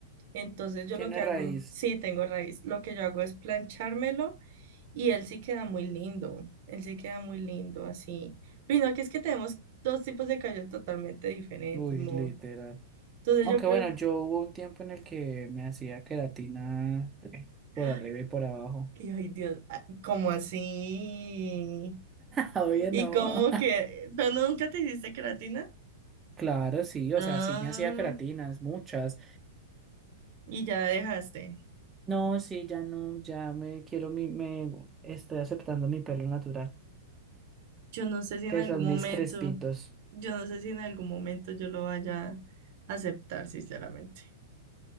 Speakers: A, on the right; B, on the right.
A: Entonces yo
B: Tiene
A: lo que hago,
B: raíz.
A: sí, tengo raíz. Lo que yo hago es planchármelo y él sí queda muy lindo. Él sí queda muy lindo así. Y no, que es que tenemos dos tipos de cabello totalmente diferentes,
B: Uy,
A: amor.
B: literal.
A: Entonces
B: Aunque
A: yo creo,
B: bueno, yo hubo un tiempo en el que me hacía queratina eh, por
A: ay,
B: arriba y por abajo.
A: que- ay, Dios, ah, ¿cómo así?
B: <laughs> Obvio
A: Y
B: no.
A: como que, pero no, nunca te hiciste queratina.
B: Claro, sí,
A: Ah,
B: o sea, sí me hacía queratinas, muchas.
A: y ya dejaste.
B: No, sí, ya no, ya me quiero mi, me estoy aceptando mi pelo natural,
A: Yo no sé si en
B: que
A: algún
B: son
A: momento,
B: mis crespitos.
A: yo no sé si en algún momento yo lo vaya a aceptar, sinceramente.